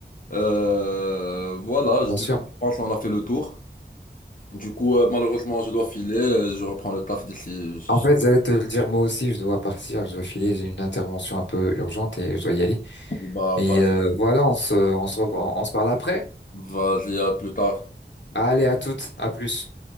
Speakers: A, on the left (about 50°); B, on the left (about 85°).
A: Euh, voilà, je-
B: Bien
A: du
B: sûr.
A: coup, je pense qu'on a fait le tour. Du coup, euh, malheureusement, je dois filer. euh, Je reprends le taf d'ici. je-
B: En
A: je-
B: fait, j'allais te le dire moi aussi, je dois partir, je dois filer, j'ai une intervention un peu urgente et je dois y aller.
A: Bah,
B: Mais
A: va-
B: euh, voilà, on se on se revoit- on se parle après.
A: vas-y, à plus tard.
B: Allez, à toutes, à plus.